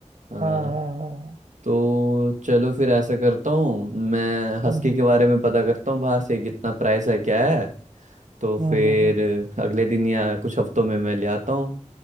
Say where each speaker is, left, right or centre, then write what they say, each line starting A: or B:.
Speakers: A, on the right; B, on the right.
A: हाँ
B: हाँ हाँ हाँ हाँ
A: तो चलो फिर ऐसा करता हूँ मैं हस्की
B: हम्म हम्म
A: के बारे में पता करता हूँ बाहर से कितना प्राइस है क्या है तो फिर
B: हम्म हम्म, हम्म।
A: अगले दिन या कुछ हफ्तों में मैं ले आता हूँ